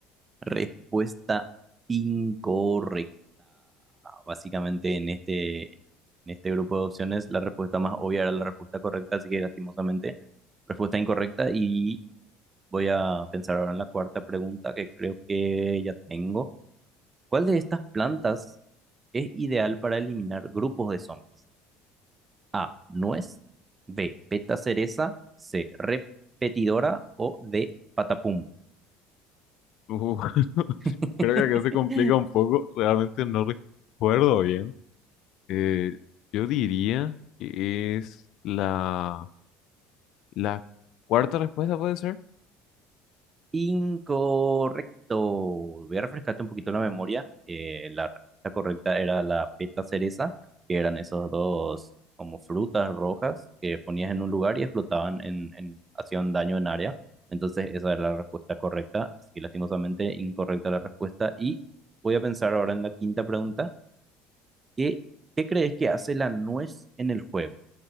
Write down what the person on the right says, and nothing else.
Respuesta incorrecta. Básicamente en este, en este grupo de opciones la respuesta más obvia era la respuesta correcta, así que lastimosamente respuesta incorrecta y voy a pensar ahora en la cuarta pregunta que creo que ya tengo. ¿Cuál de estas plantas es ideal para eliminar grupos de zombies? A, nuez, B, peta cereza, C, repetidora o D, patapum.
<laughs>
Incorrecto. Voy a refrescarte un poquito la memoria. Eh, la respuesta correcta era la peta cereza, que eran esos dos como frutas rojas que ponías en un lugar y explotaban en, en- hacían daño en área. Entonces esa era la respuesta correcta. Así que lastimosamente incorrecta la respuesta. Y voy a pensar ahora en la quinta pregunta. ¿Qué, qué crees que hace la nuez en el juego?